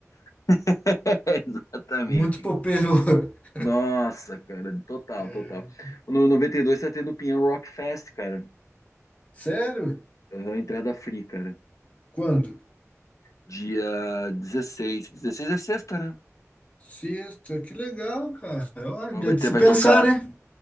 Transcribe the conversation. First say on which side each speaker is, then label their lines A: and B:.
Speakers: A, on the left (about 80°); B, on the left (about 25°).
A: <laughs> Exatamente.
B: Muito poperô.
A: cara.
B: <laughs>
A: Nossa, cara, total,
B: É.
A: total. No 92 tá tendo o Pinhão Rock Fest, cara.
B: Sério?
A: Aham, entrada free, cara.
B: Quando?
A: Dia 16. 16 é sexta, né?
B: Sexta, que legal, cara. Olha,
A: Mas Vai
B: é de
A: ter,
B: se
A: vai
B: pensar,
A: tocar,
B: né?